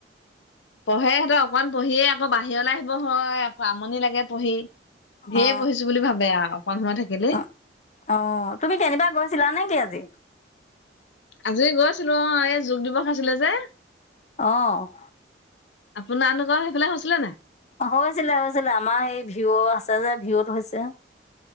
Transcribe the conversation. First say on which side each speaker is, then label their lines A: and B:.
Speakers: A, on the left; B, on the left.
A: পঢ়ে সিহঁতৰ অকমান পঢ়িয়ে আকৌ বাহিৰলৈ আহিব হয় আকৌ আমনি লাগে পঢ়ি। ঢেৰ
B: অ
A: পঢ়িছো বুলি ভাবে আৰু। অকন সময় থাকিলে
B: অ', অঁ তুমি কেনিবা গৈছিলা নেকি, আজি?
A: আজি গৈ আছিলো অঁ, এই যোগ দিৱস আছিলে যে।
B: অঁ।
A: আপোনাৰনুৱ সেইফালে হৈছিলে নাই?
B: হৈছিলে হৈছিলে, আমাৰ এই ভিউ আছে যে, ভিউুত হৈছে।